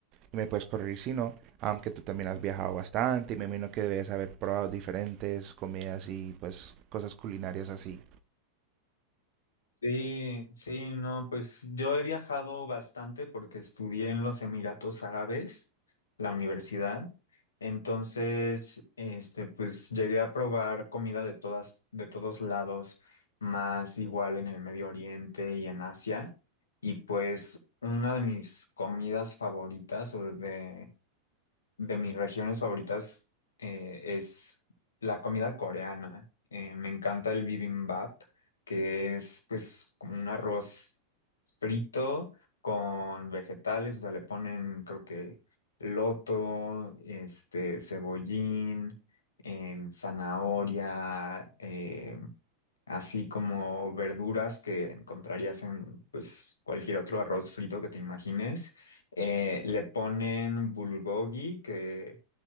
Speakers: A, on the right (about 35°); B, on the left (about 70°).
A: y me puedes corregir si no, am, que tú también has viajado bastante, y me imagino que debes haber probado diferentes comidas y pues cosas culinarias así.
B: Sí, sí, no, pues yo he viajado bastante porque estudié en los Emiratos Árabes, la universidad. Entonces, este, pues llegué a probar comida de todas, de todos lados, más igual en el Medio Oriente y en Asia. Y pues una de mis comidas favoritas o de de mis regiones favoritas eh, es la comida coreana. Eh, me encanta el bibimbap, que es pues como un arroz frito con vegetales, o sea, le ponen creo que loto, este, cebollín, em, zanahoria, em, así como verduras que encontrarías en pues cualquier otro arroz frito que te imagines. Eh, le ponen bulgogi, que